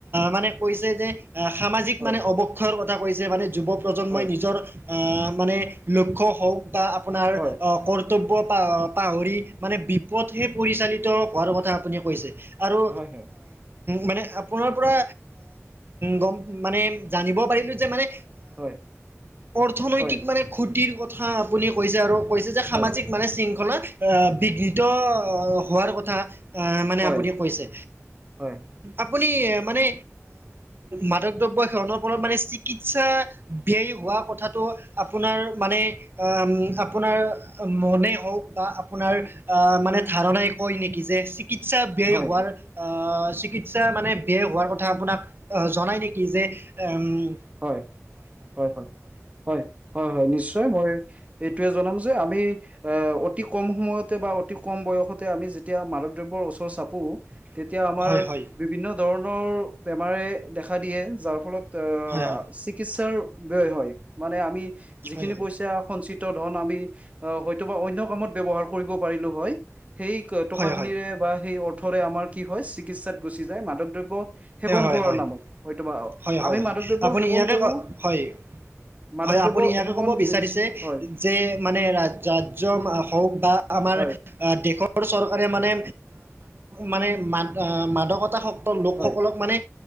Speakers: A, on the right; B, on the right.
A: মানে কৈছে যে সামাজিক
B: হয়,
A: মানে অৱক্ষয়ৰ কথা কৈছে মানে যুৱ প্ৰজন্মই
B: হয়,
A: নিজৰ মানে লক্ষ্য হওক বা আপোনাৰ
B: হয়,
A: কৰ্তব্য পাহৰি মানে বিপদহে পৰিচালিত হোৱাৰ কথা আপুনি কৈছে আৰু
B: হয়, হয়,
A: মানে আপোনাৰ পৰা গম মানে জানিব পাৰিলো যে মানে
B: হয়,
A: অৰ্থনৈতিক
B: হয়,
A: মানে ক্ষুতিৰ কথা আপুনি কৈছে আৰু কৈছে যে
B: হয়,
A: সামাজিক
B: হয়, হয়, হয়, হয়,
A: মানে শৃংখলা বিঘ্নিত হোৱাৰ কথা মানে
B: হয়, হয়, হয়,
A: আপুনি কৈছে
B: হয়, হয়,
A: আপুনি মানে মাদক দ্ৰব্য সেৱনৰ পৰা মানে চিকিৎসা ব্যয় হোৱা কথাটো আপোনাৰ মানে আপোনাৰ মনে হওক বা আপোনাৰ আহ মানে ধাৰণাই কয় নেকি যে চিকিৎসা ব্যয়
B: হয়, হয়,
A: হোৱাৰ আ চিকিৎসা মানে বেয়া হোৱাৰ কথা আপোনাক আ জনাই নেকি যে উ
B: হয় হয় হয় হয় হয় হয় নিশ্চয় মই এই যে আমি অতি কম সময় বা অতি কম বয়সতে আমি যেতিয়া মাদক দ্ৰব্য ওচৰ চাপু তেতিয়া আমাৰ
A: হয়, হয়,
B: বিভিন্ন ধৰণৰ বেমাৰে দেখা দিয়ে যাৰ ফলত অ
A: হয়, হয়,
B: চিকিৎসা হয় মানে আমি যিখিনি
A: হয়,
B: পইছা সঞ্চিত ধন। হয়টো বা অন্য কামত ব্যৱহাৰ কৰিব পৰিলোঁ হয়। সেই টকা
A: হয়, হয়,
B: খিনিৰে
A: হয়,
B: বা সেই অৰ্থৰে আমাৰ কি হয় চিকিৎসাত গুচি যায় মাধৱক দ্ৰব্য সেৱন
A: হয়
B: কৰাৰ
A: হয়
B: নামত হয়তোবা
A: হয়
B: আমি
A: হয়
B: মাদক
A: হয়
B: দ্ৰব্য
A: আপুনি
B: সেৱন
A: ইয়াতে
B: কৰো
A: ক হয়।
B: মাদক
A: হয়
B: দ্ৰব্য
A: আপুনি ইয়াকে
B: সেৱন
A: ক'ব বিচাৰিছে
B: যে- হয়
A: যে মানে ৰাজ্য হওঁক বা। আমাৰ
B: হয়
A: দেশৰ চৰকাৰে মানে। মানে ম মাদকতাসক্ত লোক
B: হয়
A: সকলক মানে